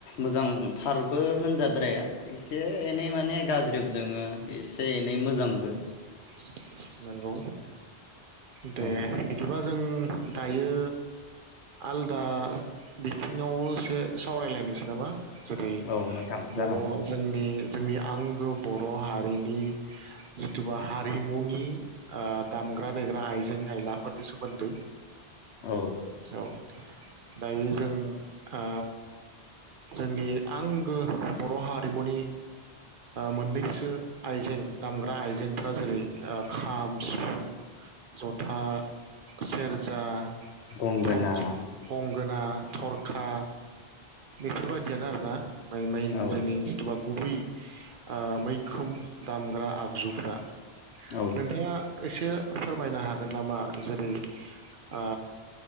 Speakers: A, on the left; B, on the right.
A: मोजांथारबो होनजाद्राया एसे एनै माने गाज्रि बो दोङो एसे एनै मोजांबो
B: <inaudible> नोंगौ दे
A: औ
B: बिदिबा जों दायो आलदा बिथिङाव एसे सावरायलायनोसै नामा जेरै
A: औ नोंथां
B: बर'
A: जागोन
B: जोंनि जोंनि आंगो बर' हारिनि जिथु हारिमुनि ओ दामग्रा देग्रा आइजें आइलाफोरनि सोमोन्दै
A: औ
B: औ दायो जों ओ जोंनि आंगो बर' हारिमुनि मोननैसो आइजें दामग्रा आइजें फ्रा जेरै खाम सिफुं जथा सेर जा
A: गंगोना
B: तरथिं गंगोना थरखा बेफोरबायदियानो आरोना
A: औ
B: जोंनि गुबै ओ मैखोम दामग्रा आगजुफ्रा
A: औ
B: नोंथाङा एसे फोरमायनो हागोन नामा जेरै ओ